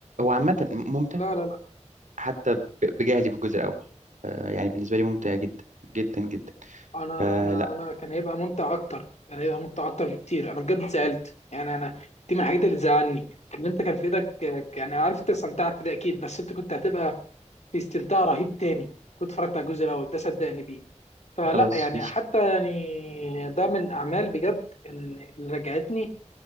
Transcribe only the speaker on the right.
عامة ممتع
حتى ب- بجهلي بالجزء الاول آه، يعني بالنسبة لي ممتع جدا جدا جدا
آه،
لا
خلاص